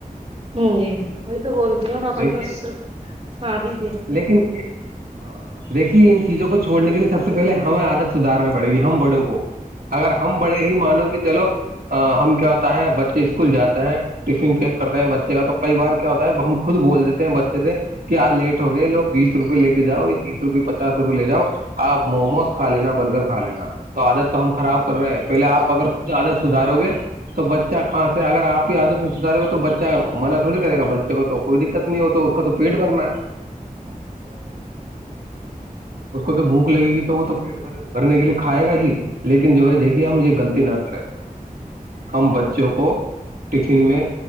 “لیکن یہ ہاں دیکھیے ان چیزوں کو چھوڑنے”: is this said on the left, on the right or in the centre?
Right